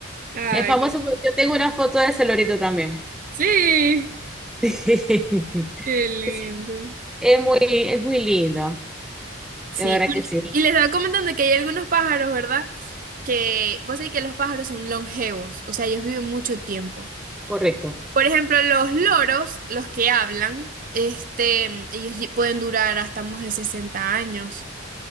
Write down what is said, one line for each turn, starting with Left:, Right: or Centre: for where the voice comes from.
Right: Ay,
Centre: Es famoso
Right: no.
Centre: porque yo tengo una foto de ese lorito también.
Right: sí,
Centre: <laughs>
Right: qué lindo.
Centre: Sí, es muy, es muy lindo.
Right: Sí,
Centre: De verdad
Right: bueno,
Centre: que sí.
Right: y les estaba comentando que hay algunos pájaros, ¿verdad? Que vos sabés que los pájaros son longevos, o sea, ellos viven mucho tiempo.
Centre: Correcto.
Right: Por ejemplo, los loros, los que hablan, este, ellos lle- pueden durar hasta más de 60 años.